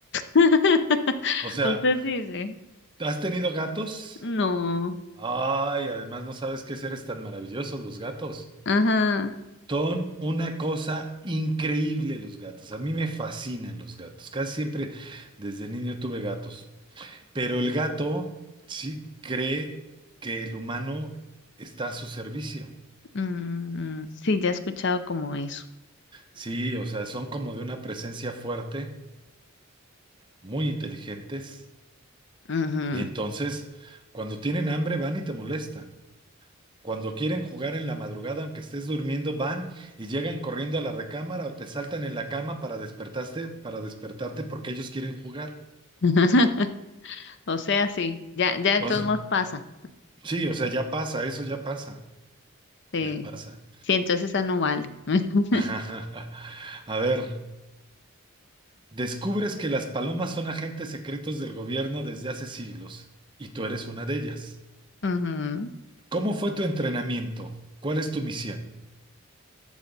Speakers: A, on the left (about 55°); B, on the right (about 20°).
A: <laughs>
B: O sea,
A: Usted dice,
B: ¿has tenido gatos?
A: no,
B: Ay, además no sabes qué seres tan maravillosos los gatos.
A: ajá,
B: Son una cosa increíble los gatos. A mí me fascinan los gatos. Casi siempre desde niño tuve gatos. Pero el gato sí cree que el humano está a su servicio.
A: mm, sí, ya he escuchado como eso.
B: Sí, o sea, son como de una presencia fuerte, muy inteligentes.
A: Ujú.
B: Y entonces, cuando tienen hambre, van y te molestan. Cuando quieren jugar en la madrugada, aunque estés durmiendo, van y llegan corriendo a la recámara o te saltan en la cama para despertarte, para despertarte porque ellos quieren jugar.
A: <laughs> O sea, sí, ya, ya
B: O
A: de todos
B: s-
A: modos pasa.
B: sí, o sea, ya pasa, eso ya pasa,
A: Sí,
B: ya pasa.
A: sí, entonces esa no vale. <laughs>
B: <laughs> A ver, descubres que las palomas son agentes secretos del gobierno desde hace siglos y tú eres una de ellas.
A: Ujú.
B: ¿Cómo fue tu entrenamiento? ¿Cuál es tu misión?